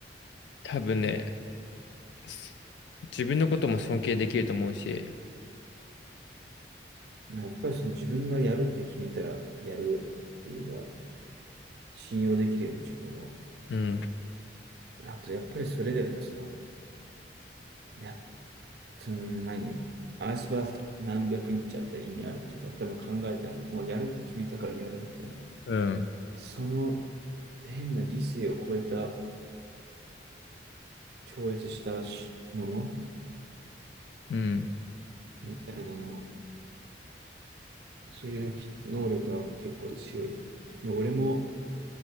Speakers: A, on the left; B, on the right.
A: 多分ね、す自分のことも尊敬できると思うし、
B: まあやっぱりその自分がやるって決めたらやるっていうのは信用できるよね、自分を。
A: うん、
B: あとやっぱりそれだよね、その、や、その何、アイスバー何百日あったら意味あるとか、多分考えてある。もうやるって決めたからやるみたいな。
A: うん、
B: その変な理性を超えた、超越したしもの
A: うん、
B: みたいなのそれの能力が結構強いよね。で俺も、